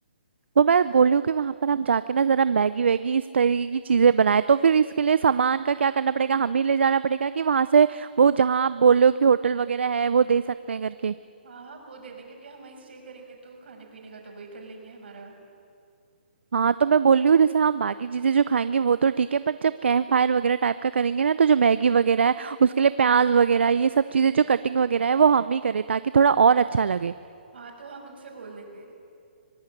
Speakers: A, on the right; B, on the right.
A: तो मैं बोल रही हूँ कि वहां पर हम जाके ना जरा मैगी वैगी इस तरीके की चीजें बनाए तो फिर इसके लिए सामान का क्या करना पड़ेगा हमें ले जाना पड़ेगा कि वहां से वो जहाँ आप बोल रहे हो कि होटल वगैरह है वो दे सकते हैं करके
B: हाँ हाँ वो दे देंगे क्योंकि हम वहीं स्टे करेंगे तो खाने पीने का तो वही कर लेंगे हमारा
A: हाँ तो मैं बोल रही हूँ जैसे हम बाकी चीजें जो खाएंगे वो तो ठीक है पर जब कैंप फायर वगैरह टाइप का करेंगे ना तो जो मैगी वगैरह है उसके लिए प्याज वगैरह ये सब चीजें जो कटिंग वगैरह है वो हम ही करें ताकि थोड़ा और अच्छा लगे
B: हाँ तो हम उनसे बोल देंगे